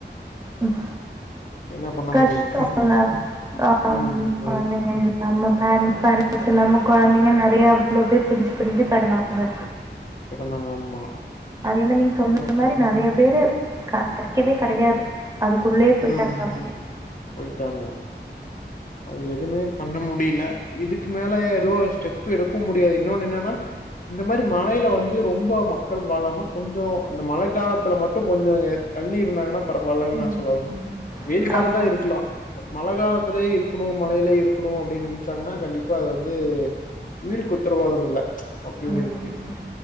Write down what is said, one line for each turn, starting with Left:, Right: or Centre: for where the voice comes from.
Right: ம்
Left: என்ன பண்ண
Right: கஷ்டம்ல்ல
Left: முடியும்
Right: ஆ
Left: ம் ம்
Right: குழந்தைங்க
Left: ம்
Right: இல்லாம பேரெண்ட்ஸ் பேரெண்ட்ஸ் இல்லாம குழந்தைங்க நெறைய எவ்வளவு பேர் பிரிஞ்சு பிரிஞ்சு கெடந்தாங்க
Left: கெடந்தாங்க ஆமா
Right: அதே மாரி நீங்க சொன்ன
Left: சோ அப்டி
Right: மாரி நெறைய பேரு க கெடைக்கவே கெடையாது அதுக்குள்ளயே போயிட்டாங்க
Left: ம்
Right: அப்டியே
Left: ம் போயிட்டாங்க அது எதுவுமே பண்ண முடியல இதுக்கு மேல ஏதோ ஸ்டெப்பு எடுக்க முடியாது இன்னொன்னு என்னன்னா இந்த மாரி மழையில வந்து ரொம்ப மக்கள் வாழாம கொஞ்ச இந்த மழை காலத்துல மட்டு கொஞ்ச தள்ளி இருந்தாங்கன்னா பரப்பாயில்லன்னு
Right: ம்
Left: நான் சொல்லவரேன் வெயில் காலத்தான்
Right: ஆமா
Left: இருக்கலாம் பட் மழை காலத்திலயே இருக்கணும் மழையில இருக்கணும் அப்படின்னு நினைச்சாங்கன்னா கண்டிப்பா அது வந்து உயிருக்கு உத்தரவாதம் இல்ல அப்டி ஒண்ணு
Right: ம்
Left: இருக்கு